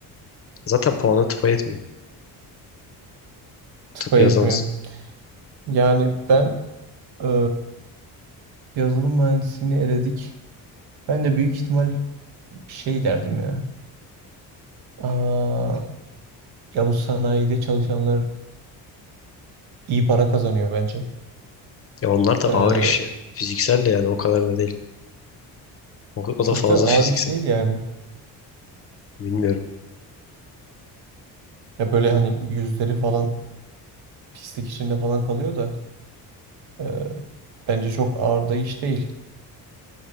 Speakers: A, on the left; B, on the right.
A: Zaten puanı tıpa yetmiyor.
B: tıpa
A: Tıp yazamaz.
B: etmiyor. Yani ben e, yazılım mühendisliğini eledik. Ben de büyük ihtimal şey derdim ya. Aa, Ya bu sanayide çalışanlar iyi para kazanıyor bence.
A: Ya onlar da
B: Ee,
A: ağır iş. ya. Fiziksel de yani o kadar da değil. O, o
B: çok
A: da fazla
B: da ağır
A: fiziksel.
B: iş değil yani.
A: Bilmiyorum.
B: Ya böyle hani yüzleri falan pislik içinde falan kalıyor da e, bence çok ağır da iş değil.